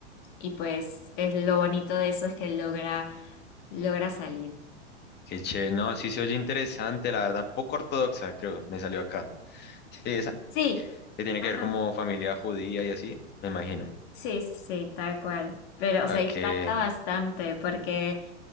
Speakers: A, on the left; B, on the left.
A: y pues es lo bonito de eso es que logra, logra salir.
B: Qué chévere, no, sí se oye interesante, la verdad, poco ortodoxa, creo, me salió acá. Sí, esa,
A: Sí,
B: que tiene
A: Ajá.
B: que ver como familia judía y así, me imagino.
A: sí, sí, sí, tal cual. Pero, o sea, impacta
B: que
A: bastante porque